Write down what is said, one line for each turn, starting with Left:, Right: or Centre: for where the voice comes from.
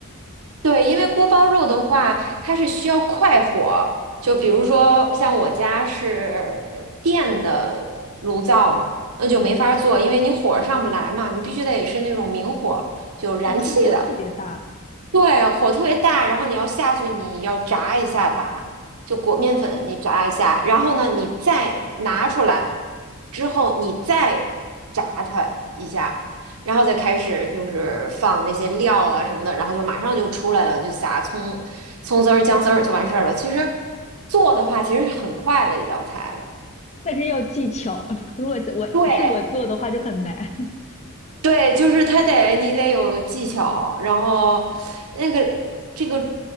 Right: 对，因为锅包肉的话，它是需要快火。就比如说，
Left: 嗯
Right: 像我家是电的炉灶嘛，那就没法儿做，
Left: 嗯，
Right: 因为你火儿上不来嘛，你必须得是那种明火，就燃气的。
Left: 要特火特别大
Right: 对，火特别大，然后你要下去，你要炸一下它，就裹面粉，
Left: 哦，
Right: 你炸一下，然后呢，你再拿出来之后，你再炸它一下，然后再开始就是放那些料啊什么的，然后就马上就出来了，就撒葱、葱丝儿、姜丝儿就完事儿了。其实做的话，其实是很快的一道菜的。
Left: 但是要技巧，<laughs> 如果我是我做的话就很难。
Right: 对
Left: <laughs>
Right: 对，就是它得你得有技巧，然后那个这个